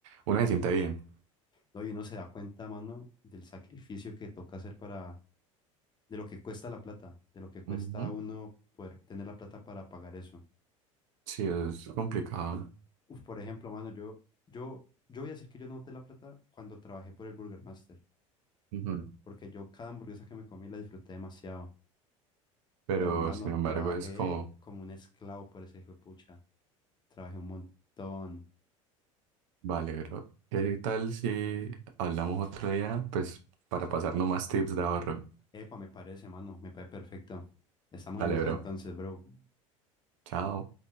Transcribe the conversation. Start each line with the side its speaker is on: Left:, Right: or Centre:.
Right: uno se siente bien.
Left: No, y uno se da cuenta, mano, del sacrificio que toca hacer para, de lo que cuesta la plata, de lo que cuesta
Right: Ujú,
Left: a uno poder tener la plata para pagar eso.
Right: Sí, es complicado.
Left: Uf, por ejemplo, mano, yo, yo, yo voy a decir que yo no boté la plata cuando trabajé por el Burger Master,
Right: Ujú,
Left: porque yo cada hamburguesa que me comí la disfruté demasiado.
Right: Pero
Left: Pero, mano,
Right: sin embargo
Left: trabajé
Right: es como,
Left: como un esclavo por ese hijo de pucha. Trabajé un montón.
Right: vale, pero ¿qué tal si hablamos otro día? Pues para pasarnos más tips de ahorro.
Left: Epa, me parece, mano, me parece perfecto. Estamos
Right: Vale,
Left: en esas
Right: bro.
Left: entonces, bro.
Right: Chao.